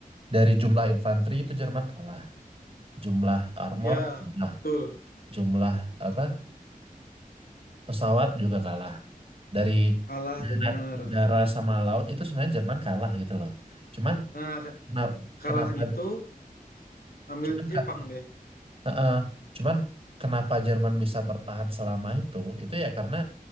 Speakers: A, on the right; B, on the left.
A: dari jumlah infanteri itu Jerman kalah jumlah armor
B: Ya,
A: kalah
B: betul.
A: jumlah apa pesawat juga kalah dari
B: Kalah
A: darat
B: benar.
A: udara sama laut itu sebenarnya Jerman kalah gitu loh cuman
B: Nah, ke-
A: kenapa
B: kalahan
A: kenapa
B: itu ambil
A: cuman
B: Jepang
A: ka-
B: deh.
A: eh, eh, cuman kenapa Jerman bisa bertahan selama itu itu ya karena